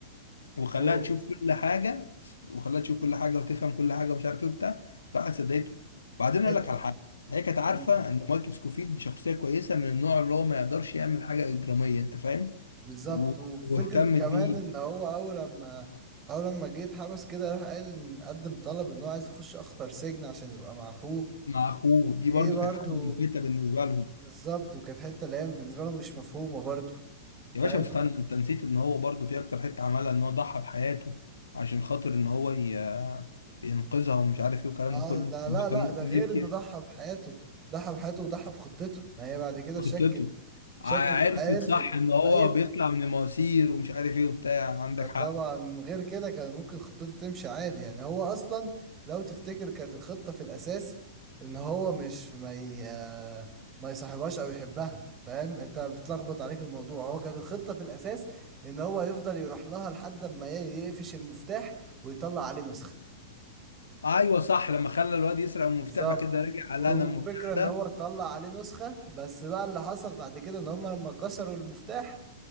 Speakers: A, on the left; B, on the right.
A: وخلاها
B: هو
A: تشوف كل حاجه وخلاها تشوف كل حاجه وتفهم كل حاجه ومش عارف ايه وبتاع راحت صدقته بعدين اقول
B: حت-
A: لك على حاجه هي كانت عارفه
B: مم.
A: ان مايكل سكوفيلد شخصيه كويسه من النوع اللي هو ما يقدرش يعمل حاجه اجراميه انت فاهم
B: بالظبط
A: و-
B: وفكره
A: واهتمت
B: كمان
A: بيه
B: ان هو اول لما اول لما جه اتحبس كده راح قال ان قدم طلب ان هو عايز يخش اخطر سجن عشان يبقى مع اخوه
A: مع اخوه دي
B: ايه
A: برضو
B: برضو
A: كانت حاجه ملفتة بالنسبه لهم
B: بالظبط وكانت حته اللي هي بالنسبه لهم مش مفهومه برضو فاهم
A: يا باشا استنى انت نسيت ان هو برضو في اكتر حته عملها ان هو ضحى بحياته عشان خاطر ان هو ي... ينقذها ومش عارف ايه والكلام
B: اه
A: ده كله
B: ده لا
A: هو كان
B: لا
A: ممكن
B: ده غير
A: يبكي
B: انه ضحى بحياته ضحى بحياته وضحى بخطته ما هي بعد كده شكت
A: خطته
B: شكت
A: ع-
B: وعرفت
A: عرفت صح ان هو
B: ايوه
A: بيطلع من المواسير ومش عارف ايه وبتاع عندك حق
B: طبعا غير كده كان ممكن خطته تمشي عادي يعني هو اصلا لو تفتكر كانت الخطة في الاساس ان هو مش ما ي... آه، ما يصاحبهاش او يحبها فاهم انت بتلخبط عليك الموضوع هو كانت الخطة في الاساس ان هو يفضل يروح لها لحد ما ي- يقفش المفتاح ويطلع عليه نسخة
A: ايوه صح لما خلى الواد يسرق المفتاح
B: بالظبط
A: بعد كده رجع قال
B: وفكرة
A: انا المفتاح ده
B: ان هو طلع عليه نسخة بس بقى اللي حصل بعد كده ان هم لما كسروا المفتاح